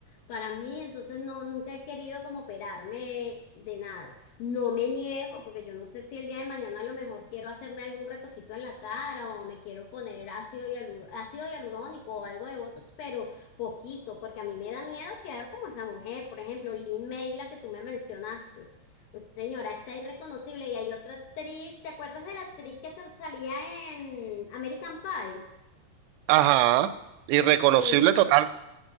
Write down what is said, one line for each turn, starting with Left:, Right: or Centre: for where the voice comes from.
Left: para mí, entonces no, nunca he querido como operarme de nada. No me niego, porque yo no sé si el día de mañana a lo mejor quiero hacerme algún retojito en la cara o me quiero poner ácido hialu- ácido hialurónico o algo de Botox, pero Poquito, porque a mí me da miedo quedar como esa mujer. Por ejemplo, Lynn May, la que tú me mencionaste. Pues señora, está irreconocible. Y hay otra actriz, ¿te acuerdas de la actriz que te- salía en American Pie?
Right: ajá, irreconocible
Left: Ella,
Right: total